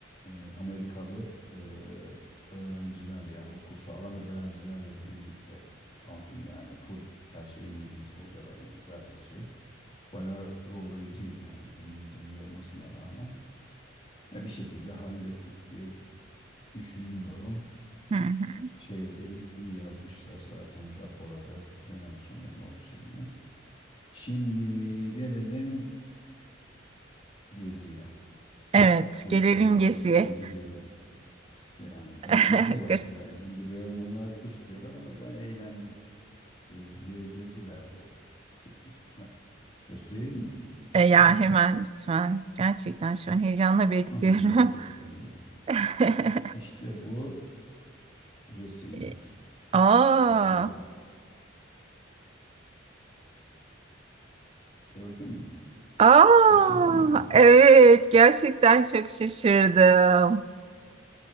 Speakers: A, on the left; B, on the right.
A: e, Amerikalı e, öğrencilerle yani o kursu alan öğrencilerle birlikte aldım yani full her şey İngilizce hocalar İngilizce zaten şey. bayağı zorlayıcıydı yani İngilizcem iyi olmasına rağmen. Ya bir şekilde hallettik diye düşünüyorum.
B: Hı hı.
A: Şeye de iyi, iyi yazmışlar zaten rapora da dönem sonu not şeyine. Şimdi gelelim Gezi'ye.
B: Evet,
A: Gezi'den
B: gelelim
A: pardon
B: Gezi'ye.
A: Gezi diyorum. Yani
B: <laughs>
A: ben Gezi olarak
B: Kız-
A: değerlendiriyorum. Onlar kurs diyorlar ama ben eğlendim. Gez, gezdirdiler de. İsim ver- Göstereyim mi?
B: E, ya hemen lütfen. Gerçekten şu an heyecanla bekliyorum.
A: Aha da gösteriyorum.
B: <laughs>
A: İşte bu resimler.
B: E, Aa,
A: Açıyorum. Gördün mü?
B: aa,
A: Şaşırdın mı?
B: evet gerçekten çok şaşırdım.